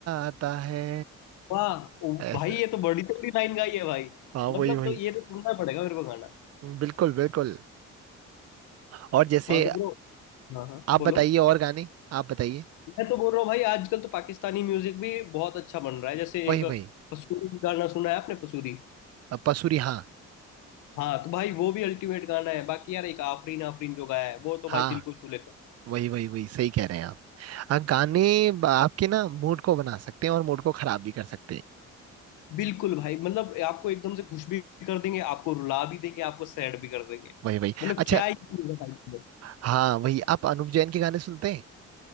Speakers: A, on the right; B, on the left.
A: आता है
B: वाह ओ
A: ऐसा
B: भाई ये तो बड़ी तगड़ी लाइन गाई है भाई
A: हाँ वही
B: मतलब
A: वही
B: तो ये तो सुनना पड़ेगा मेरे को गाना
A: बिल्कुल बिल्कुल और जैसे
B: हाँ तो ब्रो हाँ हाँ
A: आप
B: बोलो
A: बताइए और गाने आप बताइए
B: मैं तो बोल रहा हूँ भाई आजकल तो पाकिस्तानी म्यूजिक भी बहुत अच्छा बन रहा है जैसे
A: वही
B: एक
A: वही
B: पसूरी गाना सुना है आपने पसूरी
A: अ, पसूरी हाँ
B: हाँ तो भाई वो भी अल्टीमेट गाना है बाकी यार एक आफरीन आफरीन जो गाया है वो तो
A: हाँ
B: भाई दिल को छू लेता है
A: वही वही वही सही कह रहे हैं आप हाँ गाने ब- आपके ना मूड को बना सकते हैं और मूड को खराब भी कर सकते हैं
B: बिल्कुल भाई मतलब आपको एकदम से खुश भी कर देंगे आपको रुला भी देंगे आपको सैड भी कर देंगे
A: वही वही
B: मतलब
A: अच्छा
B: क्या ही चीज़ है भाई ये।
A: हाँ वही आप अनुप जैन के गाने सुनते हैं